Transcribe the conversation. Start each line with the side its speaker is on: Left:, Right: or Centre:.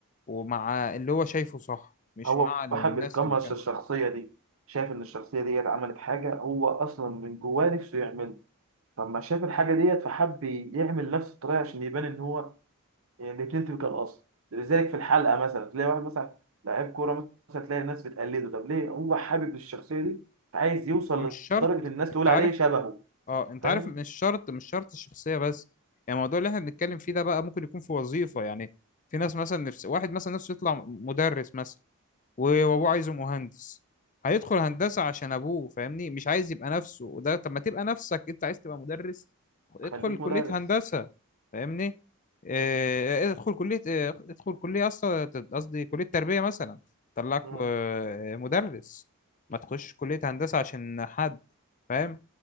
Left: ومع اللي هو شايفه صح مش
Right: هو
Left: مع الناس
Right: حابب يتقمص
Left: اللي كان
Right: الشخصية دي شايف إن الشخصية ديت عملت حاجة هو أصلا من جواه نفسه يعملها فلما شاف الحاجة ديت فحب يعمل نفس الطريقة عشان يبان إن هو يعني الاتنين تبقى الأصل لذلك في الحلقة مثلا تلاقي واحد مثلا لعيب كورة مثلا تلاقي الناس بتقلده طب ليه هو حابب الشخصية دي عايز يوصل
Left: مش شرط
Right: لدرجة الناس
Left: انت
Right: تقول
Left: عارف
Right: عليه شبهه
Left: اه انت
Right: فاهم
Left: عارف مش شرط مش شرط الشخصية بس يعني الموضوع اللي احنا بنتكلم فيه ده بقى ممكن يكون في وظيفة يعني في ناس مثلا نفس واحد مثلا نفسه يطلع مدرس مثلا و- وابوه عايزه مهندس هيدخل هندسة عشان ابوه فاهمني مش عايز يبقى نفسه وده طب ما تبقى نفسك انت عايز تبقى مدرس ادخل
Right: خليك
Left: كلية
Right: مدرس
Left: هندسة فاهمني آه،
Right: مم.
Left: ادخل كلية آه، ادخل كلية اصلا قصدي كلية تربية مثلا طلعك
Right: مم.
Left: آه، مدرس ما تخش كلية هندسة عشان حد فاهم